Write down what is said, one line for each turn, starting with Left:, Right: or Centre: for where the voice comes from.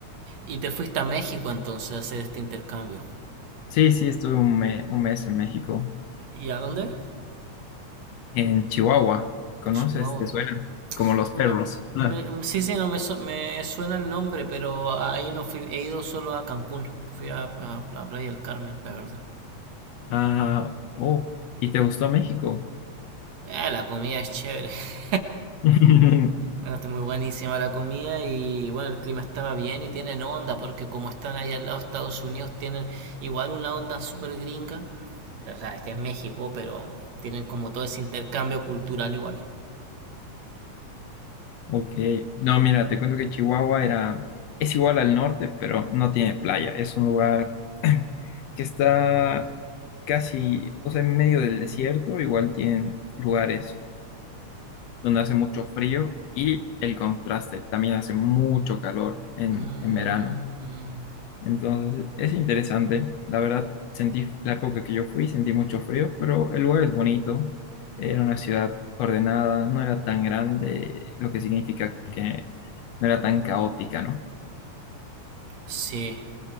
Right: Y te fuiste a México entonces a hacer este intercambio.
Left: Sí, sí, estuve un, me- un mes en México,
Right: ¿Y a dónde?
Left: en Chihuahua. ¿Conoces?
Right: Chihuahua.
Left: ¿Te suena? Como los
Right: Me-
Left: perros.
Right: me-
Left: <laughs>
Right: sí, sí, no me, su- me suena el nombre, pero ahí no fui. He ido solo a Cancún. Fui a, a- a Playa del Carmen, la verdad.
Left: Ah, ah, oh, ¿y te gustó México?
Right: Ah, la comida es chévere. <laughs>
Left: <laughs>
Right: Bueno, Está muy buenísima la comida y bueno, el clima estaba bien y tienen onda porque como están ahí al lado de Estados Unidos tienen igual una onda súper gringa. O sea, este es México, pero tienen como todo ese intercambio cultural igual.
Left: Ok, no, mira, te cuento que Chihuahua era, es igual al norte, pero no tiene playa. Es un lugar <clears throat> que está casi, o sea, en medio del desierto, igual tienen lugares donde hace mucho frío y el contraste, también hace mucho calor en,
Right: Mm,
Left: en verano. Entonces, es interesante. La verdad, sentí la época que yo fui, sentí mucho frío, pero el lugar es bonito. Era una ciudad ordenada, no era tan grande, lo que significa que no era tan caótica, ¿no?
Right: sí.